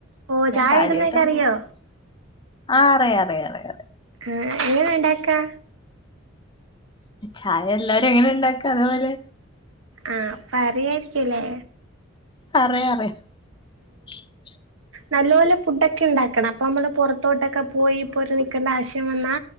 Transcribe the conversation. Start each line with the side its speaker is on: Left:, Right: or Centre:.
Right: ഓ
Left: ഞാൻ
Right: ചായ
Left: കാര്യായ്ട്ടൊന്നും
Right: ഇടുന്നൊക്കെ അറിയോ
Left: ആ അറിയ അറിയ അറിയ
Right: ആ എങ്ങനെ ണ്ടാക്കാ
Left: ചായ എല്ലാരും എങ്ങനെ ണ്ടാക്കാ അതേപോലെ
Right: ആ അപ്പ അറിയായിരിക്കുല്ലേ
Left: അറിയാം അറിയ <inaudible>
Right: നല്ലോലം ഫുഡൊക്കെ ണ്ടാക്കണം അപ്പൊ നമ്മള് പുറത്തോട്ടൊക്കെ പോയി ഇപ്പോ ഒരു നിൽക്കണ്ട ആവശ്യം വന്നാ